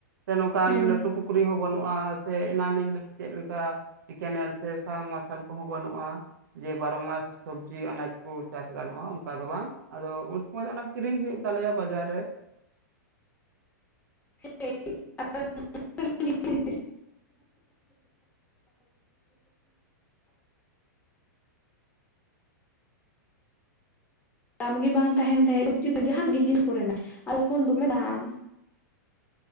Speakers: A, on the right; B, on the left.
A: ᱥᱮ ᱱᱚᱝᱠᱟᱱ
B: ᱦᱮᱸ
A: ᱞᱟᱹᱴᱩ ᱯᱩᱠᱷᱨᱤ ᱦᱚᱸ ᱵᱟᱹᱱᱩᱜᱼᱟ ᱥᱮ ᱮᱱᱟᱞᱤᱧ ᱞᱟᱹᱭ ᱪᱮᱫ ᱞᱮᱠᱟ ᱠᱮᱱᱮᱞ ᱥᱮ ᱥᱟᱢ ᱢᱟᱨᱥᱟᱞ ᱠᱚᱦᱚᱸ ᱵᱟᱹᱱᱩᱜᱼᱟ ᱡᱮ ᱵᱟᱨᱚ ᱢᱟᱥ ᱥᱚᱵᱽᱡᱤ ᱟᱱᱟᱡ ᱠᱚ ᱪᱟᱥ ᱜᱟᱱᱚᱜᱼᱟ ᱚᱱᱠᱟ ᱫᱚ ᱵᱟᱝ ᱟᱫᱚ ᱠᱤᱨᱤᱧ ᱦᱩᱭᱩᱜ ᱛᱟᱞᱮᱭᱟ ᱵᱟᱡᱟᱨ ᱨᱮ
B: <inaudible> ᱫᱟᱢ ᱜᱮ ᱵᱟᱝ ᱛᱟᱦᱮᱱ ᱛᱟᱦᱮᱸᱫ ᱥᱚᱵᱽᱡᱤ ᱠᱚ ᱡᱟᱦᱟᱱ ᱜᱮ ᱡᱤᱱᱤᱥ ᱠᱚᱨᱮᱱᱟᱜ ᱟᱨ ᱮᱠᱷᱚᱱ ᱫᱚᱢᱮ ᱫᱟᱢ